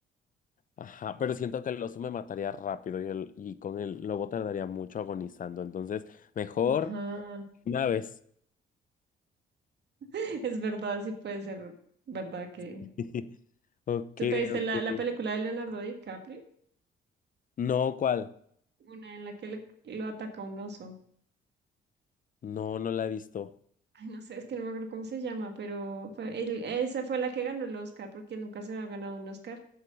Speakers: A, on the left; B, on the right.
A: Ajá, pero siento que el oso me mataría rápido y, el, y con el lobo tardaría mucho agonizando. Entonces, mejor
B: Ajá.
A: una vez.
B: <laughs> Es verdad, sí puede ser verdad que...
A: <laughs> Ok,
B: ¿Tú te viste
A: ok.
B: la, la película de Leonardo DiCaprio?
A: No, ¿cuál?
B: Una en la que le- lo ataca un oso.
A: No, no la he visto.
B: Ay, no sé, es que no me acuerdo cómo se llama, pero fue, él- esa fue la que ganó el Oscar, porque él nunca se había ganado un Oscar,